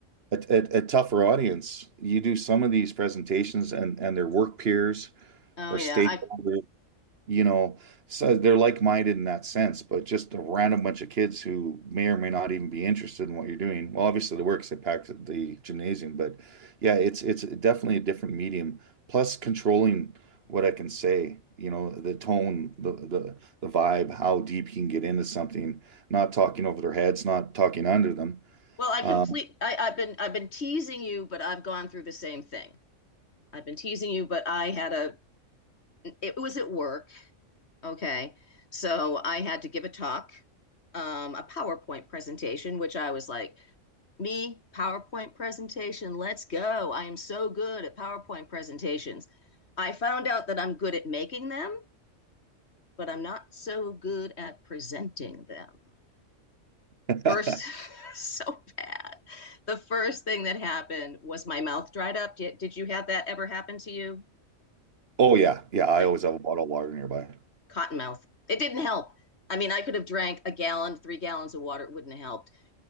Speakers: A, on the right; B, on the left.
A: a, a, a tougher audience. You do some of these presentations and and their work peers
B: Oh
A: or
B: yeah.
A: stakeholders
B: I
A: you know, so they're like-minded in that sense, but just a random bunch of kids who may or may not even be interested in what you're doing. Well, obviously they work 'cause they packed the gymnasium, but yeah, it's it's definitely a different medium. Plus controlling what I can say, you know, the tone, the the the vibe, how deep you can get into something, not talking over their heads, not talking under them.
B: well, I
A: Um,
B: complete I, I've been I've been teasing you, but I've gone through the same thing. I've been teasing you, but I had a it was at work. Okay. So I had to give a talk, um, a PowerPoint presentation, which I was like, me, PowerPoint presentation, let's go. I am so good at PowerPoint presentations. I found out that I'm good at making them, but I'm not so good at presenting them.
A: <laughs>
B: first <laughs> so bad the first thing that happened was my mouth dried up did, did you have that ever happen to you
A: oh yeah, yeah, I
B: like
A: always have a bottle of water nearby.
B: cotton mouth it didn't help i mean i could have drank a gallon three gallons of water it wouldn't have helped